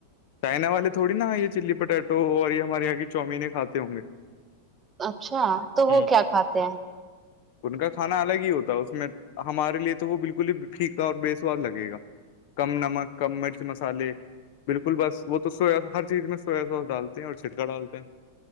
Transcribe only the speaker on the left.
چائنا والے تھوڑی نا یہ چلی پوٹیٹو اور یہ ہمارے یہاں کی چوومینیں کاتے ہوں گے
ہ
ان کا کھانا الگ ہی ہوتا اس میں ہمارے لیے تو وہ بالکل ہی پھکا اور بے سواد لگے گا کم نمک کم مرچ مسالے کل بس وہ تو سویاس ہر چیز میں سویا سوس ڈالتے ہیں اور چھٹکا ڈالتے ہیں